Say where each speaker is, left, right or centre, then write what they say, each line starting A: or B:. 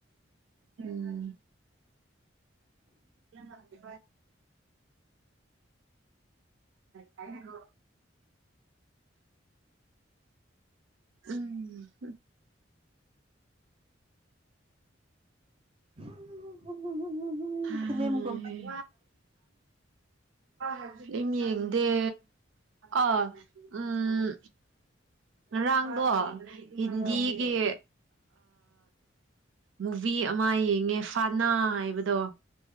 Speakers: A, on the right; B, on the right.
A: ꯎꯝ ꯑꯗꯨꯦ ꯄ ꯥꯏꯣ ꯎꯝ
B: <unintelligible>
A: ꯍꯥꯏ
B: ꯝ ꯐꯤꯂꯝꯝ ꯝꯕ
A: ꯑꯗꯨ ꯌꯦꯡꯗꯦ ꯑ ꯎꯝ ꯉꯔꯥꯡꯗꯣ ꯍꯗꯤꯒ
B: ꯎꯝ
A: ꯃꯨꯚꯤ ꯑꯃ ꯌꯦꯡꯉꯦ ꯐꯥꯅꯥ ꯍꯥꯏꯕꯗꯣ